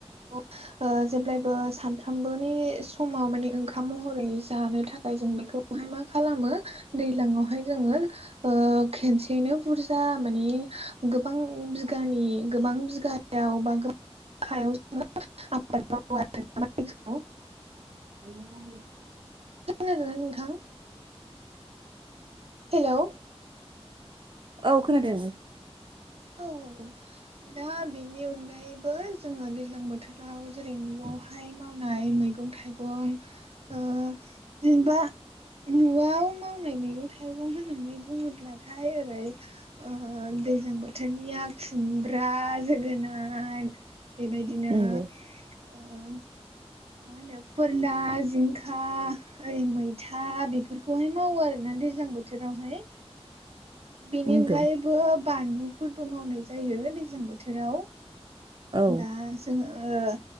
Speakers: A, on the right; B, on the right.
A: <inaudible> ओ जेब्लायबो सानफ्रामबोनि समाव माने ओंखाम महरै जानो थाखाय जों बेखौ। बेहाय मा खालामो दैलाङावहाय जोङो। ओ खेनसेयैनो बुरजा माने। गोबां बिगानि गोबां बिगायाव बा गोबां हायाव जोङो आबाद मावो आरो
B: बिदिनो।
A: खोनादोना नोंथां? हेलोउ।
B: औ खोनादों।
A: औ औ औ दा बेनि अनगायैबो जोङो दैज्लां बोथोर। आव जेरै न'वावहाय मावनाय मैगं थाइगं। ओ जेनबा। न'वाव मावनाय मैगं थाइगं होननानै बुङोब्लाथाय ओरै। ओह दैजां बो थोरनिया खुमब्रा जोगोनार बेबायदिनो।
B: नंगौ
A: ओ मा होनो फोरला जिंखा। ओरै मैथा बेफोरखौहाय मावो आरोना दैज्लां बोथोरावहाय। बेनि
B: नंगौ
A: अनगायैबो बानलुफोरबो मावनाय जायो दैज्लां बोथोराव।
B: औ
A: दा जोङो ओ